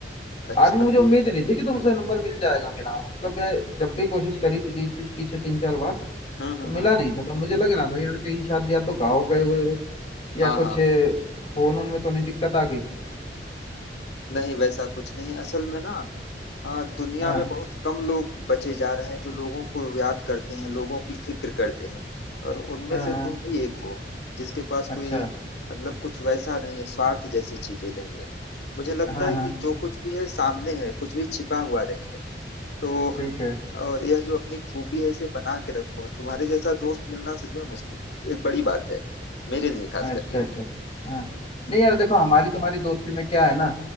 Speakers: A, on the left (about 75°); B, on the left (about 35°).
A: अच्छा
B: आज भी मुझे
A: किए
B: उम्मीद
A: भाई
B: नहीं थी कि तुमसे नंबर मिल जाएगा मेरा मतलब मैं जब भी कोशिश करी पीछे पीछे तीन चार बार
A: हम्म
B: तो
A: हम्म,
B: मिला
A: हम्म,
B: नहीं था तो मुझे लग रहा था यार कहीं शायद या तो गाँव गए हुए हो या
A: हाँ
B: कुछ
A: हाँ
B: फोन उनमें तो नहीं दिक्कत आ गई
A: नहीं वैसा कुछ नहीं असल में ना आ, दुनिया
B: हाँ
A: में बहुत कम लोग बचे जा रहे हैं जो लोगों को याद करते हैं लोगों की फिक्र करते हैं और उनमें
B: हाँ
A: से
B: हाँ
A: तुम भी एक हो जिसके पास कोई
B: अच्छा
A: मतलब कुछ वैसा नहीं है स्वार्थ जैसी चीजें नहीं है मुझे लगता
B: हाँ
A: है
B: हाँ
A: कि जो कुछ भी है सामने है कुछ भी छिपा हुआ नहीं है तो
B: ठीक है
A: और यह जो अपनी खूबी है इसे बना के रखो तुम्हारे जैसा दोस्त मिलना सच में मुश्किल एक बड़ी बात है मेरे लिए खास
B: अच्छा
A: करके
B: अच्छा हाँ नहीं यार देखो हमारी तुम्हारी दोस्ती में क्या है ना